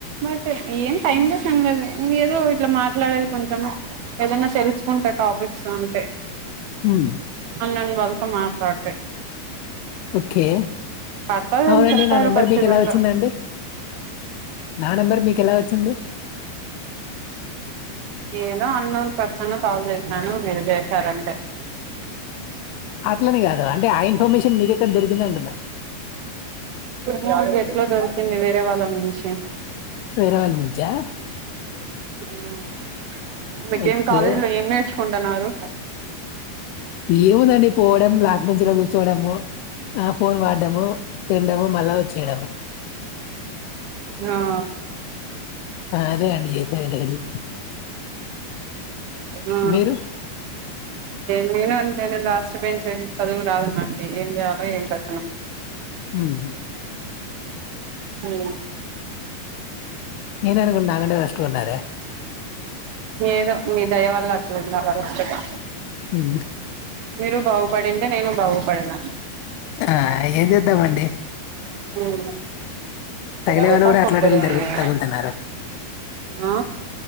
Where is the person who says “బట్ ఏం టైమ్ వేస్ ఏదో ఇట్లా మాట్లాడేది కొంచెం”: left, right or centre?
Right